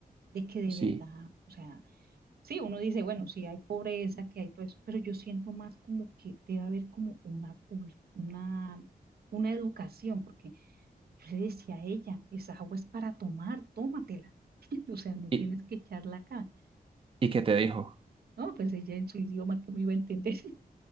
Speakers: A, on the right; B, on the right.
A: de que de
B: sí.
A: verdad, o sea, sí, uno dice, bueno, sí hay pobreza, que hay todo eso, pero yo siento más como que debe haber como una, cul- una, una educación, porque yo le decía a ella, esa agua es para tomar, tómatela. <laughs> O sea, no
B: ¿Y,
A: tienes que echarla acá.
B: y qué te dijo?
A: No, pues ella en su idioma que me iba a entender. <laughs>